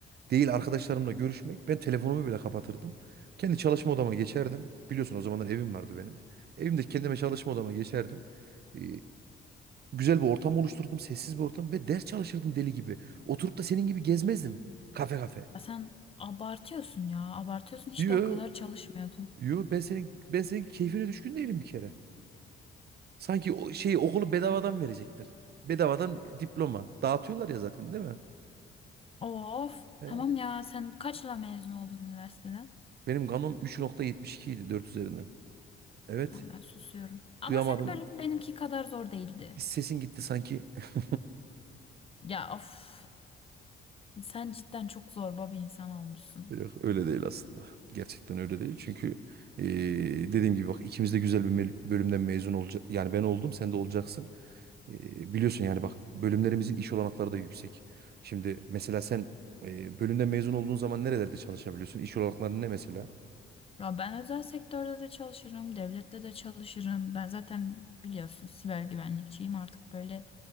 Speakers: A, on the right; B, on the left.
A: değil arkadaşlarımla görüşmek. Ben telefonumu bile kapatırdım. Kendi çalışma odama geçerdim. Biliyorsun o zamanlar evim vardı benim. Evimde kendime çalışma odama geçerdim. Ee, güzel bir ortam oluşturdum. Sessiz bir ortam ve ders çalışırdım deli gibi. Oturup da senin gibi gezmezdim. Kafe kafe.
B: Ya sen abartıyorsun ya. Abartıyorsun hiç
A: Yo,
B: de o kadar çalışmıyordun.
A: yo ben senin ben senin keyfine düşkün değilim bir kere. Sanki o şeyi okulu bedavadan verecekler. Bedavadan diploma. Dağıtıyorlar ya zaten değil mi?
B: Of
A: Ee,
B: tamam ya sen kaçla mezun oldun üniversiteden?
A: benim kanom 3.72 idi 4 üzerinden. Evet.
B: Tamam ben susuyorum. Ama
A: Duyamadım.
B: senin bölümün benimki kadar zor değildi.
A: Bir sesin gitti sanki. <laughs>
B: Ya of sen cidden çok zorba bir insan olmuşsun.
A: Yok öyle değil aslında. Gerçekten öyle değil. Çünkü eee, dediğim gibi bak ikimiz de güzel bir mel- bölümden mezun olacak. Yani ben oldum sen de olacaksın. Eee, biliyorsun yani bak bölümlerimizin iş olanakları da yüksek. Şimdi mesela sen eee, bölümden mezun olduğun zaman nerelerde çalışabiliyorsun? İş olanakları ne mesela?
B: Ya ben özel sektörde de çalışırım, devlette de çalışırım. Ben zaten biliyorsun siber güvenlikçiyim artık böyle